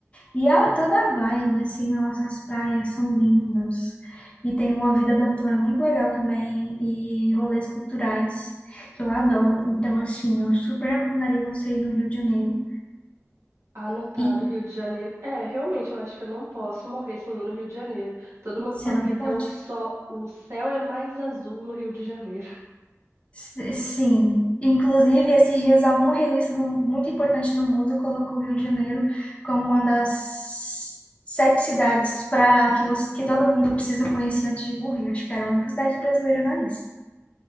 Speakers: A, on the left; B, on the right.
A: E ela, toda a vibe, assim, nossa, as praias são lindas. E tem uma vida noturna muito legal também. E rolês culturais, que eu adoro. Então, assim, eu super recomendaria você ir no Rio de Janeiro.
B: Anotado,
A: E
B: Rio de Janeiro. É, realmente, eu acho que eu não posso morrer sem ir no Rio de Janeiro. Todo mundo
A: você
B: fala
A: não
B: que até
A: pode?
B: o sol, o céu é mais azul no Rio de Janeiro. <laughs>
A: S- Sim. Inclusive, esses dias, alguma revista no- muito importante no mundo colocou o Rio de Janeiro como uma das sete cidades para que, você- que todo mundo precisa conhecer antes de morrer. Acho que era a única cidade brasileira na lista.